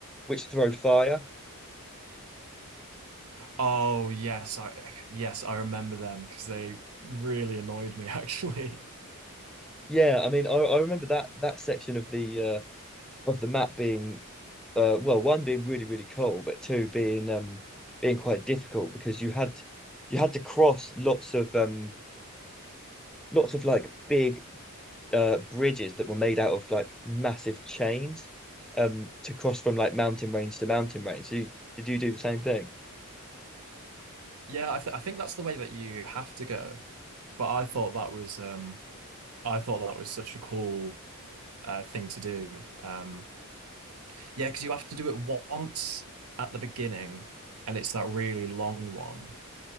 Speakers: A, in the centre; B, on the right.
A: which throw fire.
B: Oh yes, I yes I remember them because they really annoyed me <laughs> actually.
A: Yeah, I mean, I, I remember that that section of the uh of the map being uh well, one being really really cool, but two being um being quite difficult because you had you had to cross lots of um lots of like big uh bridges that were made out of like massive chains um to cross from like mountain range to mountain range. So you, did you do the same thing?
B: Yeah, I th I think that's the way that you have to go. But I thought that was um I thought that was such a cool uh, thing to do. Um, yeah, because you have to do it once at the beginning, and it's that really long one.